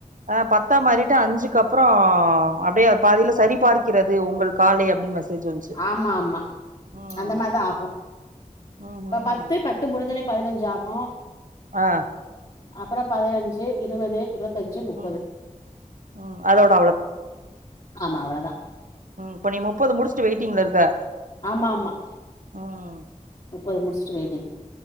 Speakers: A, on the right; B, on the left.
A: ஆ பத்தா மாரிட்டு அஞ்சுக்கப்றோ அப்டியே அது பாதில சரி பார்க்கிறது உங்க கால்லை அப்டின்னு மெசேஜ் வந்துச்சு
B: ஆமா ஆமா
A: ம்
B: அந்த மாரிதா ஆகு
A: ம்
B: இப்ப
A: ம்
B: பத்து பத்து முடிஞ்சோனே பதினஞ்சாகு
A: ஆ
B: அப்புறோ பதினஞ்சு இருவது இருவத் தஞ்சு முப்பது
A: ம் ம் அதோட
B: ஆமா அவ்ளோதா
A: உம் இப்ப நீ முப்பது முடிச்சுட்டு வெயிட்டிங்ல இருக்க
B: ஆமா ஆமா
A: ம்
B: முப்பது முடிச்சுட்டு வெயிட்டிங்